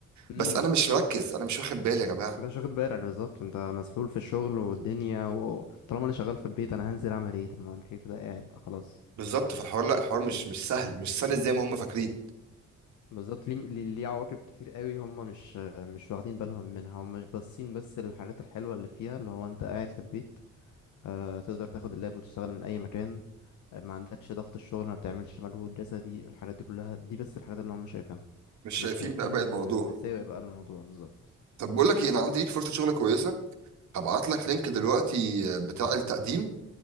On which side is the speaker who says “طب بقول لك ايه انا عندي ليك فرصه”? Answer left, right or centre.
Right